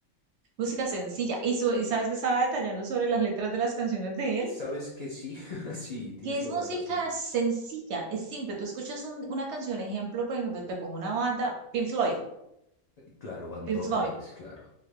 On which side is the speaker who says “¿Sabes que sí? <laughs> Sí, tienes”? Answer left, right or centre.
Left